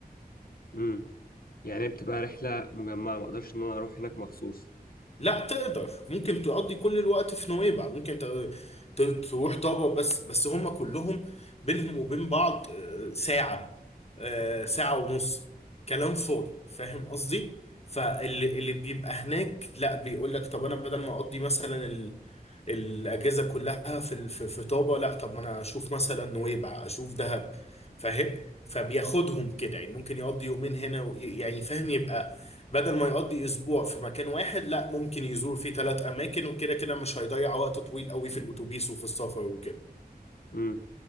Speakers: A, on the left; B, on the left.
A: امم يعني بتبقى رحله مجمعه ما اقدرش ان انا اروح هناك مخصوص
B: لا تقدر ممكن تقضي كل الوقت في نويبع ممكن ت- ت- تروح طابا بس بس هم كلهم بينهم وبين بعض آه، ساعة آه، ساعة ونص كلام فاضي فاهم قصدي فاللي اللي بيبقى هناك لا بيقول لك طب انا بدل ما اقضي مثلا ال الاجازة كلها في ال- في في طابا لا طب ما انا اشوف مثلا نويبع اشوف دهب فاهم فبياخدهم كده يعني ممكن يقضي يومين هنا وي- يعني فاهم يبقى بدل ما يقضي اسبوع في مكان واحد لا ممكن يزور فيه ثلاث اماكن وكده كده مش هيضيع وقت طويل قوي في الاتوبيس وفي السفر وكده
A: امم